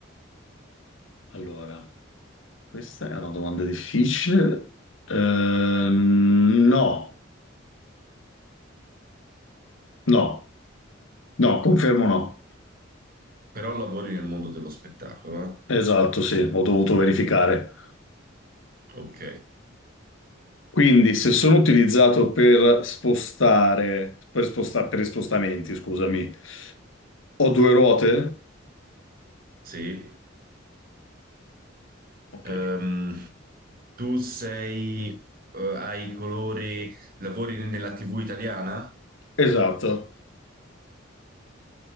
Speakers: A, on the left; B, on the right.
A: allora, questa è una domanda difficile. Ehm, no, no, no, confermo no.
B: Però lavori nel mondo dello spettacolo, eh?
A: Esatto, sì, ho dovuto verificare.
B: Ok.
A: Quindi, se sono utilizzato per spostare, per sposta- per i spostamenti, scusami, ho due ruote?
B: Sì.
A: Ok,
B: Ehm, tu sei, eh, hai colori, lavori nella TV italiana?
A: esatto,